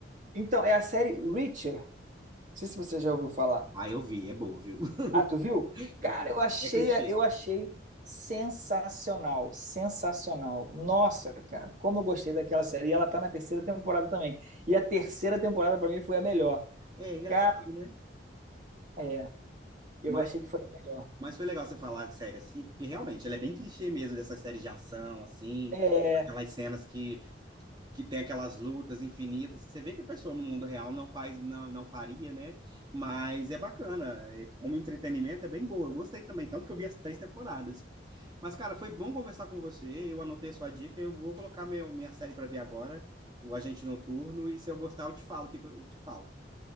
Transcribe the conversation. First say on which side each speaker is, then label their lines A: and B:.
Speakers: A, on the right; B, on the right.
A: Então, é a série Reacher. Não sei se você já ouviu falar.
B: Ah, eu vi, é boa, viu?
A: Ah, tu viu?
B: <laughs>
A: Cara,
B: Eu vi.
A: eu achei,
B: É clichê.
A: eu achei sensacional, sensacional. Nossa, cara, como eu gostei daquela série. E ela tá na terceira temporada também. E a terceira
B: Eu sei.
A: temporada pra mim foi a melhor.
B: É engraçado,
A: Cara,
B: né?
A: é, eu
B: Mas,
A: achei que foi a melhor.
B: mas foi legal você falar de série assim, porque realmente ela é bem clichê mesmo, dessa série de ação, assim,
A: É,
B: aquelas cenas que que tem aquelas lutas infinitas que você vê que a pessoa no mundo real não faz, não, não faria, né? Mas é bacana, é- como entretenimento é bem boa. Eu gostei também, tanto que eu vi as três temporadas. Mas, cara, foi bom conversar com você. Eu anotei a sua dica, eu vou colocar meu, minha série para ver agora, o Agente Noturno, e se eu gostar, eu te falo, o que que eu eu te falo.